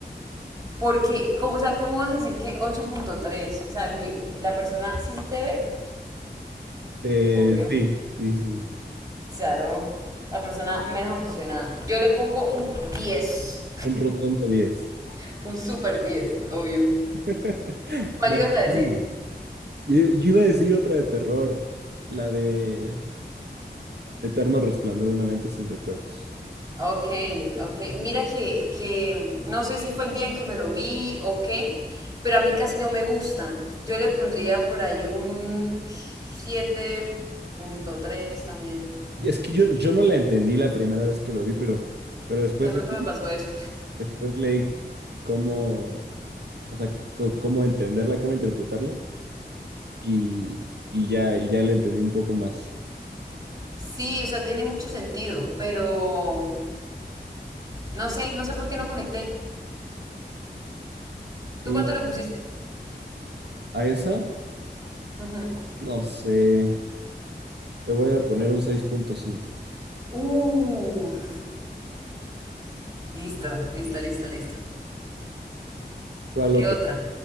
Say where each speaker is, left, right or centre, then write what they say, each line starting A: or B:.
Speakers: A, on the right; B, on the right.
A: Porque, como, o sea, ¿cómo vas a decir que ocho punto tres. O sea, mi- la persona sí se ve,
B: Eh,
A: obvio. O
B: sí, sí, sí, sí.
A: sea, lo- la persona menos obsesionada. Yo le pongo un diez,
B: Un rotundo diez
A: <laughs> Un super 10, obvio.
B: <laughs>
A: ¿Cuál
B: No,
A: ibas a decir?
B: muy bien. Yo, yo iba a decir otra de terror, la de... Eterno resplandor de una mente sin recuerdos.
A: Ok, ok. Mira que, que no sé si fue el día en que me lo vi o qué, pero a mí casi no me gusta. Yo le pondría por ahí un siete punto tres también.
B: Y es que yo, yo no la entendí la primera vez que lo vi, pero, pero después
A: De pronto
B: leí,
A: me pasó eso.
B: después leí cómo, o sea, co- cómo entenderla, cómo interpretarla, y, y ya, y ya la entendí un poco más.
A: Sí, o sea, tiene mucho sentido, pero no sé, no sé por qué no conecté. ¿Tú
B: Y
A: cuánto le pusiste?
B: a esa,
A: Ujú.
B: no sé, le voy a poner un seis punto cinco.
A: Uf, listo, listo, listo, listo.
B: ¿Cuál
A: ¿Qué
B: otra?
A: otra?